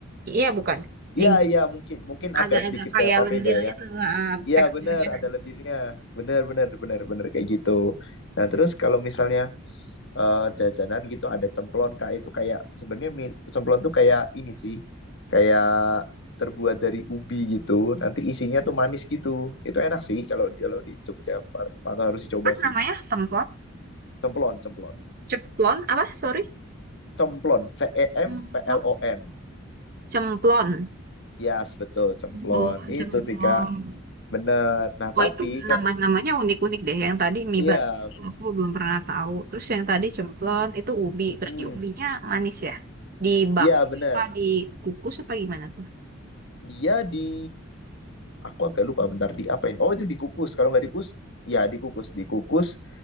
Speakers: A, on the right; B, on the left.
A: Iya, bukan.
B: Iya,
A: Yang
B: iya, mungkin. Mungkin agak
A: agak-agak
B: sedikit
A: kayak
B: kayak papeda
A: lendir
B: ya.
A: gitu eh,
B: Iya,
A: teksturnya.
B: bener, ada lendirnya. Bener, bener, bener, bener, kayak gitu. Nah, terus kalau misalnya eh, jajanan gitu ada cemplon, Kak, itu kayak sebenarnya mi- cemplon tuh kayak ini sih. Kayak terbuat dari ubi gitu. Nanti isinya tuh manis gitu. Itu enak sih kalau di- kalau di Jogja pa- pa- harus dicoba
A: Apa
B: sih.
A: namanya? Templon?
B: Cemplon, cemplon.
A: Ceplon apa? Sorry.
B: Cemplon, C E
A: Cemplon.
B: M P L O N.
A: Cemplon.
B: Yes, betul, cemplon.
A: Oh,
B: Itu
A: cemplon.
B: sih, Kak. Bener. Nah,
A: Wah
B: tapi
A: itu
B: kalau
A: nama-namanya unik-unik deh. Yang tadi mie
B: Iya,
A: batu aku belum pernah tahu. Terus yang tadi cemplon itu ubi.
B: mm-mm.
A: Berarti ubinya manis ya? Dibak
B: Iya benar.
A: apa dikukus apa gimana tuh?
B: Dia di, aku agak lupa bentar di apa ini. Oh itu dikukus. Kalau nggak dikukus, ya dikukus, dikukus.